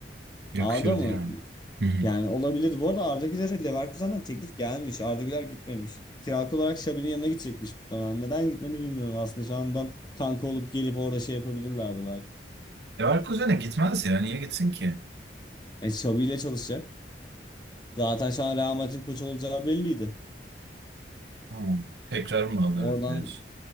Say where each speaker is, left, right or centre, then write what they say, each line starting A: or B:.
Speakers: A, on the right; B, on the left.
A: Yakışırdı
B: Arda mı?
A: yani. Hı hı.
B: Yani olabilir. Bu arada Arda Güler'e Leverkusen'den teklif gelmiş. Arda Güler gitmemiş. Kiralık olarak Xabi'nin yanına gidecekmiş muhtemelen. Neden gitmedi bilmiyorum aslında. Şu andan kanka olup gelip orada şey yapabilirlerdi belki.
A: Leverkusen'e gitmez ya. Niye gitsin ki?
B: E Xabi ile çalışacak. Zaten şu an Real Madrid'in koçu olacağı belliydi.
A: Hmm. Tekrar mı alırız
B: Oradan
A: diyorsun?